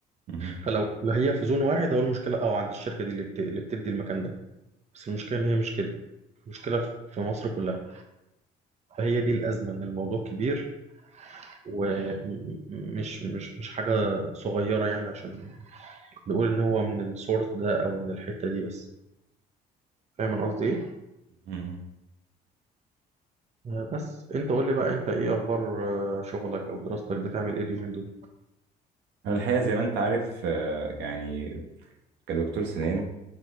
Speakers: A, on the right; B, on the right.
A: مهم.
B: فلو لو هي في زون واحد اول المشكله اه عند الشركه دي اللي بت... اللي بتدي المكان ده بس المشكله ان هي مش كده المشكله في في مصر كلها فهي دي الازمه ان الموضوع كبير ومش مش مش حاجه صغيره يعني عشان نقول إن هو من السورس ده أو من الحتة دي بس فاهم أنا قصدي إيه؟
A: مهم.
B: آه، بس أنت قول لي بقى أنت إيه أخبار آه، شغلك أو دراستك بتعمل إيه اليومين دول؟
A: انا الحقيقة زي ما انت عارف آه، يعني كدكتور سنان